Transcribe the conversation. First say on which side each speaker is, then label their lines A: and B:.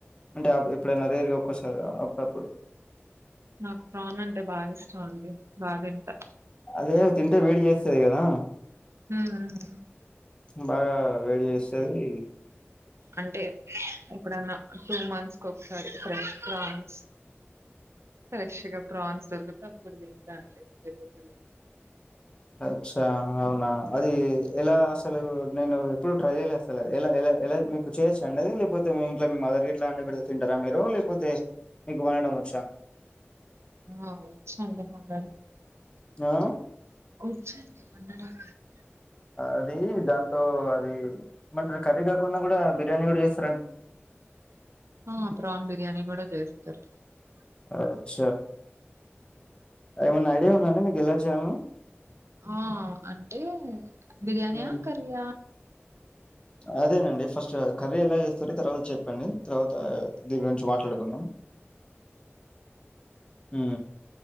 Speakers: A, on the left (about 25°); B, on the right (about 80°).
A: అంటే ఎప్పుడైనా రేర్గా ఒక్కొసారి అప్పుడప్పుడు
B: నాకు ప్రాన్ అంటే బాగా ఇష్టం అండి బాగా తింటా
A: అదే తింటే వేడి చేస్తది కదా
B: హ్మ్
A: బాగా వేడి చేస్తది
B: అంటే ఎప్పుడన్నా టూ మంత్స్ ఒకసారి ఫ్రెష్ ప్రాన్ ఫ్రెష్గా ప్రాన్స్ కుదిర్తే అప్పుడు తింటా అండి లేకపోతే లేదు
A: అచ్చా అవునా అది ఎలా అసలు నేను ఎప్పుడు ట్రై చేయలే అసల్ ఎలా ఎలా మీకు చేయొచ్చ అండి లేకపో తే మీ ఇంట్ల మీ మదర్ గట్ల అండి పెడ్త తింటరా మీరు లేకపోతే మీకు వండడం వచ్చా
B: ఆచ్చండి వండడం
A: ఆ
B: ఒచ్చండి వండడం
A: అది దాంతో అది మంట కర్రీ కాకుండా గుడా బిర్యానీ గుడా చేస్
B: ఆ ప్రాన్ బిర్యానీ గుడా చేస్ తరు
A: అచ్చ ఏమన్నా ఐడియా ఉందా అండి మీకు ఎలా చేయాల్నో
B: ఆ అంటే బిర్యానియా
A: మ్మ్
B: కర్రీయా
A: అదేనండి ఫస్ట్ కర్రీ ఎలా చేస్ సరే తర్వాత చెప్పండి తర్వా త దీని గురించి మాట్లాడుకున్నాం హ్